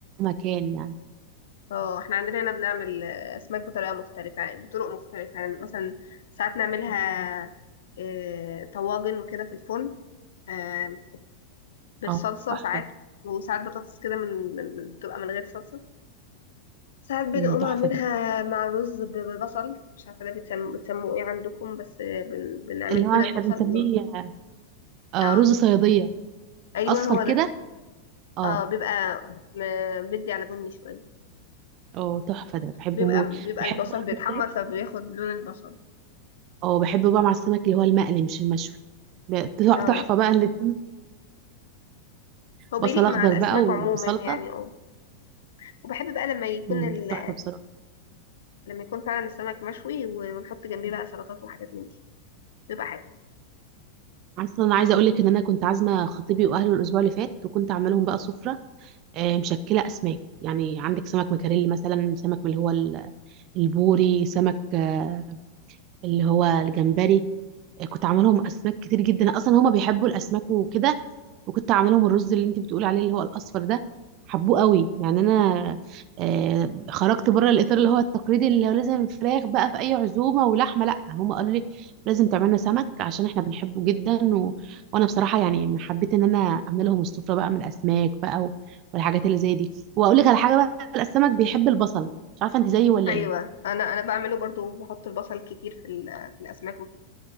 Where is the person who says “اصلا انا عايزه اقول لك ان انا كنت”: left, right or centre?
Right